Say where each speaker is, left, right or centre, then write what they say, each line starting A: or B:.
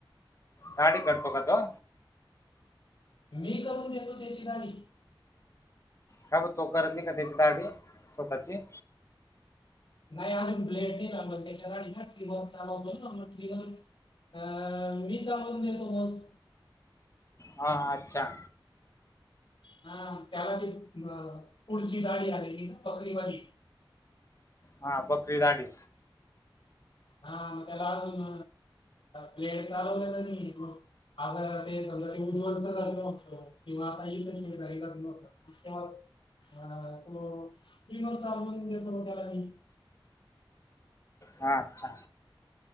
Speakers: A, on the left (about 35°); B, on the left (about 70°).
A: दाढी करतो का तो?
B: मी करून देतो त्याची दाढी.
A: का बरं तो करत नाही का दाढी स्वतःची?
B: नाही अजून ब्लेड नाही ना मग त्याच्यासाठी ना ट्रिगर चालवतो ना मग ट्रिगर. अ मी चालवून देतो मग.
A: हा, हा‌ अच्छा.
B: हा त्याला ते पुढची दाढी आलेली ना बकरीवाली,
A: हा बकरी दाढी
B: हा मग त्याला अजून ब्लेड चालवता का नाही येत मग. आता ते समजा ते उज्वलच न्हत किंवा आता ह नव्हतं <unintelligible> स्टीमर चालवून देतो त्याला मी
A: हा.. अच्छा.